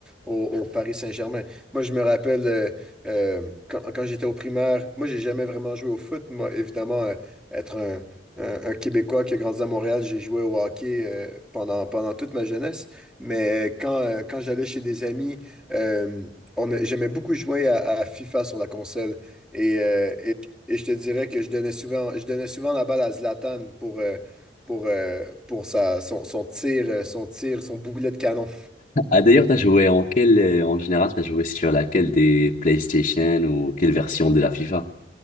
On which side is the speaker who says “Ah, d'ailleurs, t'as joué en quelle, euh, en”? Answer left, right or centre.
Left